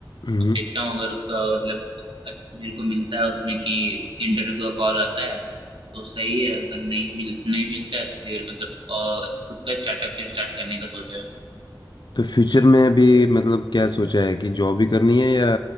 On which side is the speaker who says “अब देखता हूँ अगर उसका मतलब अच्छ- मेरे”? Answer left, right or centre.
Right